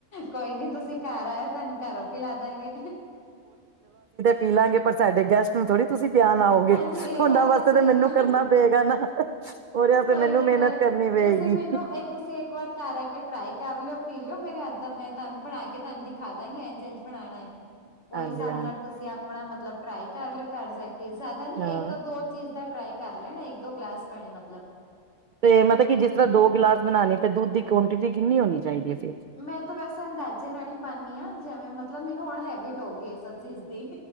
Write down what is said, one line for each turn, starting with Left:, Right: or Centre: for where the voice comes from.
Left: ਕੋਈ ਨੀ ਤੁਸੀਂ ਘਰ ਆਇਓ ਤੁਹਾਨੂੰ ਘਰੋਂ ਪੀਲਾ ਦਾਂਗੇ
Right: ਪੀਲਾਂਗੇ ਪਰ ਸਾਡੇ ਗੈਸਟ ਥੋੜ੍ਹੀ ਤੁਸੀਂ ਪਿਆਨ ਆਓਗੇ
Left: ਹਾਂਜੀ ਇਹ
Right: ਉਹਨਾਂ
Left: ਗੱਲ
Right: ਵਾਸਤੇ
Left: ਵੀ ਸਹੀ
Right: ਤਾਂ ਮੈਨੂੰ
Left: ਹੈ
Right: ਕਰਨਾ ਪਏਗਾ ਨਾ ਉਹਦੇ ਵਾਸਤੇ
Left: ਕੋਈ
Right: ਮੈਨੂੰ
Left: ਨੀ
Right: ਮਿਹਨਤ
Left: ਕੋਈ
Right: ਕਰਨੀ ਪਏਗੀ
Left: ਤੁਸੀਂ ਮੈਨੂੰ ਇਹ ਤੁਸੀਂ ਇੱਕ ਵਾਰ ਕਰ ਆ ਕੇ ਟਰਾਈ ਕਰ ਲਿਓ ਪੀ ਲਿਓ ਮੇਰੇ ਹੱਥ ਦਾ ਮੈਂ ਬਣਾ ਕੇ ਤੁਹਾਨੂੰ ਦੀਖਾ ਦਾਂਗੇ ਐਂਜ ਐਂਜ ਬਣਾਉਣਾ ਹੈ ਉਹਹੀ
Right: ਹਾਂਜੀ
Left: ਹਿਸਾਬ
Right: ਹਾਂਜੀ
Left: ਨਾਲ ਤੁਸੀਂ ਆਪਣਾ ਮਤਲਬ ਟਰਾਈ ਕਰ ਲਿਓ ਘਰ ਜਾ ਕੇ ਜ਼ਿਆਦਾ ਨੀ
Right: ਹਾਂ
Left: ਇੱਕ ਦੋ ਚੀਜ਼ ਦਾ ਟਰਾਈ ਕਰ ਲੈਣਾ ਇੱਕ ਦੋ ਗਲਾਸ ਬਣੇ ਮਤਲਬ
Right: ਤੇ ਮਤਲਬ ਕਿ ਜਿਸ ਤਰ੍ਹਾਂ ਦੋ ਗਿਲਾਸ ਬਣਾਉਣੀ ਤੇ ਦੁੱ ਦੀ ਕੁਆਂਟਿਟੀ ਕਿੰਨੀ ਹੋਣੀ ਚਾਹੀਦੀ ਹੈ ਫਿਰ
Left: ਮੈਂ ਤਾਂ ਵੈਸੇ ਅੰਦਾਜ਼ੇ ਨਾਲ ਹੀ ਪਾਨੀ ਹਾਂ ਜਿਵੇਂ ਮਤਲਬ ਮੈਨੂੰ ਹੁਣ ਹੈਬਿਟ ਹੋ ਗਈ ਸਭ ਚੀਜ਼ ਦੀ